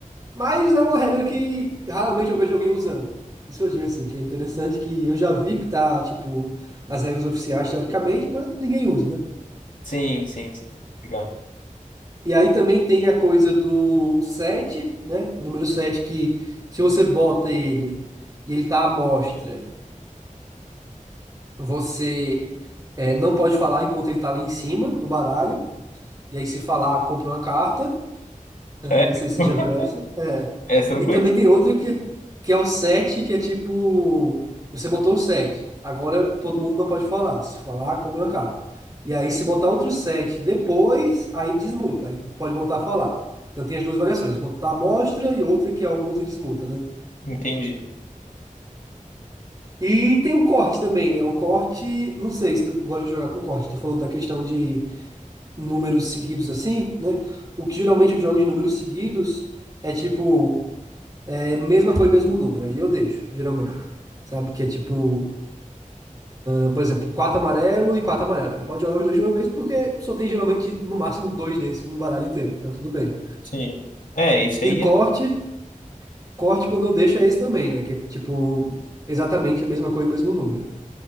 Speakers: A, on the right (about 25°); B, on the left (about 80°).
A: Mas é uma regra que raramente eu vejo alguém usando. Por isso eu digo assim, que é interessante que eu já vi que tá, tipo, nas regras oficiais, teoricamente, mas ninguém usa, né?
B: sim, sim. sim. Legal.
A: E aí também tem a coisa do 7, né? O número 7 que se você bota ele e ele tá à mostra, você é, não pode falar enquanto ele tá ali em cima do baralho. E aí se falar, compra uma carta. Eu
B: Sério?
A: não sei se você
B: <laughs>
A: já viu essa. É.
B: Essa eu
A: E
B: não conheço.
A: também tem outra que, que é o 7, que é tipo. Você botou o 7. Agora todo mundo não pode falar. Se falar, compra uma carta. E aí, se botar outro 7 depois, aí desmuta. Aí pode voltar a falar. Então tem as duas variações. Enquanto tá a mostra e outra que é o multa e desmuta, né?
B: Entendi.
A: E tem um corte também, né? O corte, não sei se tu gosta de jogar com corte. Tu falou da questão de números seguidos assim, né? O que geralmente eu jogo de números seguidos é tipo. É mesma cor e mesmo número. Aí eu deixo, geralmente. Sabe? Que é tipo, ah, por exemplo, quatro amarelo e quatro amarelo. Aí pode jogar os dois de uma vez, porque só tem geralmente no máximo dois desses no baralho inteiro. Então tudo bem.
B: Sim. É, isso
A: E
B: aí.
A: corte,
B: é-
A: corte quando eu deixo é esse também, né? Que é tipo, exatamente a mesma cor e mesmo número.